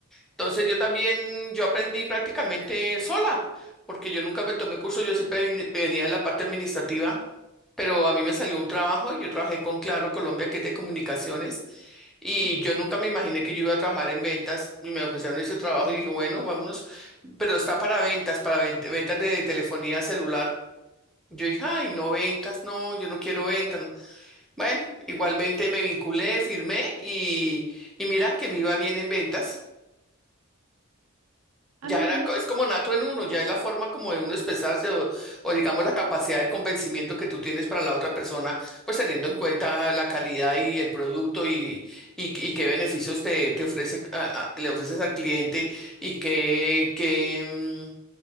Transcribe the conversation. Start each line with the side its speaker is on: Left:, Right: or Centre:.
Centre: Entonces yo también, yo aprendí prácticamente sola, porque yo nunca me tomé curso, yo siempre vine- venía de la parte administrativa, pero a mí me salió un trabajo y yo trabajé con Claro Colombia, que es de comunicaciones. Y
Right: Ajá.
Centre: yo nunca me imaginé que yo iba a trabajar en ventas y me ofrecieron ese trabajo y dije, bueno, vámonos, pero está para ventas, para vent- ventas de telefonía celular. Yo dije, ay, no ventas, no, yo no quiero ventas. no". Bueno, igualmente me vinculé, firmé y, y mira que me iba bien en ventas.
Right: A
Centre: Ya
Right: mí,
Centre: era,
Right: mira,
Centre: co- es como nato en uno, ya es la forma como de uno expresarse o, o digamos la capacidad de convencimiento que tú tienes para la otra persona, pues teniendo en cuenta la calidad y el producto y, y, y qué beneficios te, te ofrece, a- a- le ofreces al cliente y qué, qué, mm,